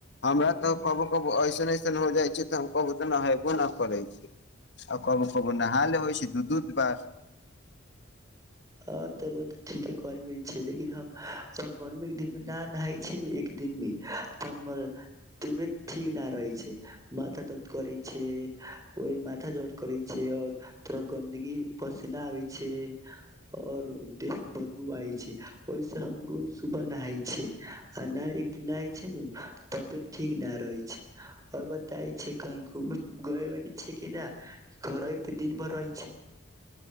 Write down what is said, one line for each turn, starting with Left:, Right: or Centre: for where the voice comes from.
Left: हमरा तऽ कबो कबो ऐसन ऐसन हो जाइ छै तऽ हम कबो तऽ नहेबो नहि करै छी आ कबो कबो नहा लेबै छी दू दू बार
Right: हँ राउआ तऽ ठीक ह कहेलिये छै लेकिन हम सब गर्मि दिनमे न नहाइ छै ने के दिन मे त हमर तबियत ठीक न रहे छै माथा दर्द करे छै ओहि माथा दर्द करे छै और तथोरा गन्दगी पसेना आबे छै आओर उ दे सॅं बदबू आय छै ओहिस हमरोज सुबह नहाय छै आ नहि एकदिन नहिइ छै ने तब ठीक नहि रहै छै आर बाद छै कही घुम घ ब छै कि नहि घर पे दिन भर रहै छै